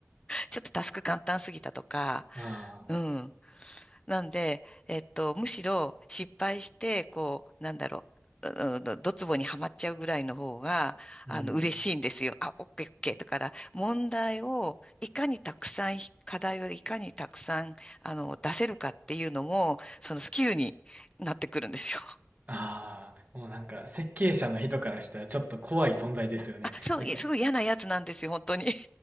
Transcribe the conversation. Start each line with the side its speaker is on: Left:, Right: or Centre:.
Left: ちょっとタスク簡単すぎたとか、
Right: ああ、
Left: うん。なんで、えっと、むしろ失敗して、こう、なんだろう、ううドツボにはまっちゃうぐらいの方が、あの、
Right: うん。
Left: 嬉しいんですよ。あ、オッケーオッケー。だから、問題をいかにたくさん、課題をいかにたくさん、あの、出せるかっていうのも、そのスキルになってくるんですよ。
Right: ああ、もうなんか設計者の人からしたらちょっと怖い存在ですよね。
Left: あ、そう、
Right: なんか
Left: いすごい嫌なやつなんですよ、本当に。